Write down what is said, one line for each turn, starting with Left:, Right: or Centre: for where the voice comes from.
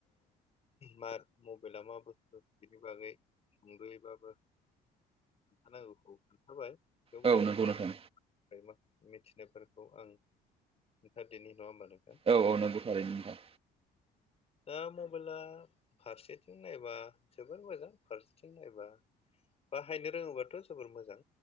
Left: मा मबाइला मा बुस्थु बिनि बागै सुंदयैबाबो खोनथानांगौखौ खोनथाबाय थेवब्लाबो
Right: औ नंगौ
Left: मा
Right: नोंथां
Left: मा मिथिनायफोर खौ आं खोनथादिनि नङा होमबा नोंथां?
Right: औ औ नोंगौ थारैनो नोंथां।
Left: दा मबाइला फारसेथिं नायबा जोबोर मोजां फारसेथिं नायबा बाहायनो रोङोबाथ' जोबोर मोजां।